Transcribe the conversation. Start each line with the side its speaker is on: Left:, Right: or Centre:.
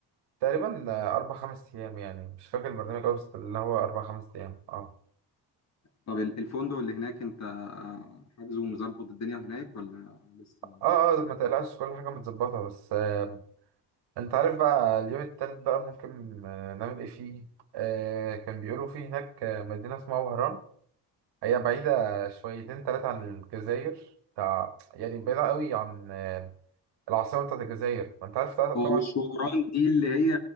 Right: تقريبا أربع خمس أيام يعني مش فاكر البرنامج أوي بس اللي هو أربع خمس أيام أه
Left: طب ال- الفندق اللي هناك انت حاجزه ومظبط الدنيا هناك ولا لسه
Right: اه
Left: مظبط
Right: اه
Left: الدنيا
Right: ما تقلقش كل حاجة متظبطة بس آه انت عارف بقى اليوم التالت بقى ممكن آه نعمل ايه فيه آه كان بيقولوا فيه هناك آه، مدينة اسمها وهران هي بعيدة شويتين تلاتة عن الجزائر بتاع يعني بعيدة قوي عن آه العاصمة بتاعت الجزائر ما انت عارف طبعا
Left: هو مش شوران دي اللي هي